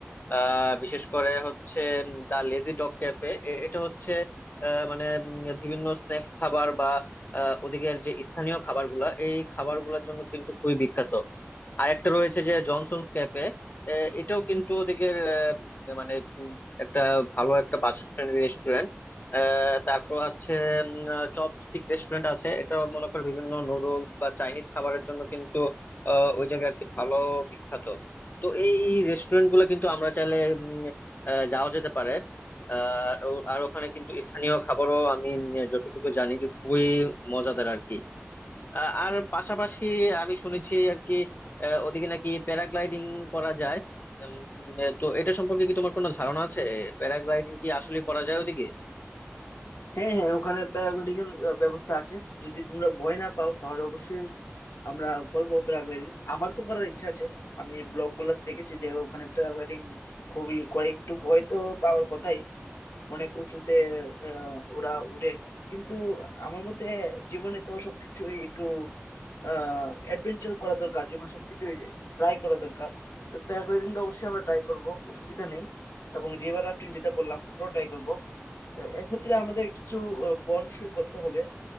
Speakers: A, on the left; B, on the left.
A: আহ বিশেষ করে হচ্ছে দা লেজি ডগ ক্যাফে এটা হচ্ছে আহ, মানে উম, বিভিন্ন স্ন্যাক্স খাবার বা আহ, ওদিকের যে স্থানীয় খাবারগুলা এই খাবারগুলোর জন্য কিন্তু খুবই বিখ্যাত আর একটা রয়েছে যে জনসনস ক্যাফে এটাও কিন্তু ওদিকের আহ, মানে উম, একটা ভালো একটা বাজেট ফ্রেন্ডলি রেস্টুরেন্ট তারপর আছে চপ স্টিক রেস্টুরেন্ট আছে এটা মনে কর বিভিন্ন নুডলস বা চাইনিজ খাবারের জন্য কিন্তু আহ, ওই জায়গা আর কি ভালো বিখ্যাত তো এই রেস্টুরেন্ট গুলো কিন্তু আমরা চাইলে উম, আহ, যাওয়া যেতে পারে আহ, ও- আর ওখানে কিন্তু স্থানীয় খাবারও আমি উম, যতটুকু জানি যে খুবই মজাদার আর কি আহ, আর পাশাপাশি আমি শুনেছি আর কি আহ, ওদিকে নাকি প্যারাগ্লাইডিং করা যায় উম, তো এটা সম্পর্কে কি তোমার কোনো ধারণা আছে প্যারাগ্লাইডিং কি আসলে করা যায় ওদিকে
B: হ্যাঁ হ্যাঁ ওখানে প্যারাগ্লাইডিং এর আহ, ব্যবস্থা আছে যদি তোমরা ভয় না পাও তাহলে অবশ্যই আমরা করবো প্যারাগ্লাইডিং আমার তো করার ইচ্ছা আছে আমি ব্লগ গুলাতে দেখেছি যে ওখানে প্যারাগ্লাইডিং খুবই করে একটু ভয় তো পাওয়ার কথাই অনেক উঁচুতে আহ, ওরা উড়ে কিন্তু আমার মতে জীবনে তো সবকিছুই একটু আহ অ্যাডভেঞ্চার করা দরকার জীবনে সবকিছুই ট্রাই করা দরকার তো প্যারাগ্লাইডিংটা অবশ্যই আমরা ট্রাই করব অসুবিধা নেই এবং রিভার রাফটিং যেটা বললাম ওটাও ট্রাই করব এক্ষেত্রে আমাদের কিছু আহ, বনসই করতে হবে